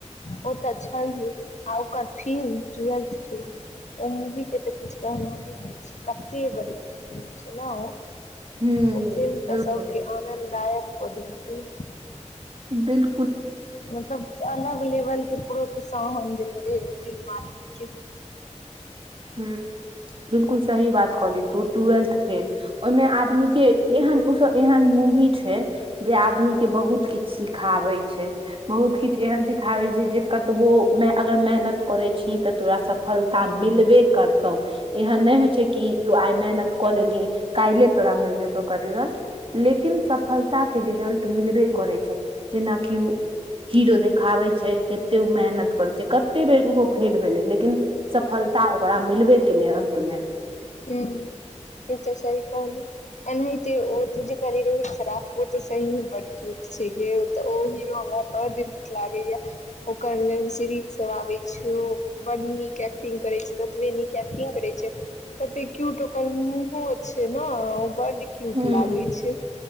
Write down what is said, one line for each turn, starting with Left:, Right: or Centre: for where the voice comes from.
Left: ओ तऽ छैहे आ ओकर फिल्म टूएल्थ फेल ओ मूवीके तऽ किछु कहनामे नहि छै कतै बढ़िआँ फिल्म छै ने ओ
Right: हूँ
Left: ओ फिल्म
Right: बिल्कुल
Left: तऽ सबके आनन्ददायक कऽ देने रहय
Right: बिल
Left: मतलब अलग लेवल के प्रोत्साहन देने रहय ओ फिल्म आदमी के
Right: ह बिलकुल सही बात कहली तू टूएल्थ फेल ओहिमे आदमी के एहन ओ सब एहन मूवी छै जे आदमी के बहुत किछ सिखाबे छै बहुत किछ एहन सिख सिखाबै छै जे कतबो मे अगर मेहनत करै छी ही तऽ तोरा सफलता मिलबे करतौ एहन नहि होइ छै कि तूं आइ मेहनत कऽ लेलही काल्हिले तोरा मिल जेतो रिजल्ट लेकिन सफल ताक के रिजल्ट मिलबे करै छै जेनाकि ओ हीरो देखाबै छै कते ओ मेहनत करै छै कते बेर ओहो फेल भेलै लेकिन सफलता ओकरा मिलबे केलै अन्तमे
Left: ह ई तऽ सही कहलहि एनेहिते ओ तू जे कहने रहि रोहित सराफ ओ तऽ सही में बड्ड क्यूट छै गे ओतऽ ओ हीरो हमरा बड्ड नीक लागे ओकर वेब सीरीज सब आबे छौ बड्ड नीक एक्टिंग करै छै ततबे नीक एक्टिंग करै छै तते क्यूट ओकर मुँहो छै ने ओ बड्ड क्यूट
Right: हूँ
Left: लागै छै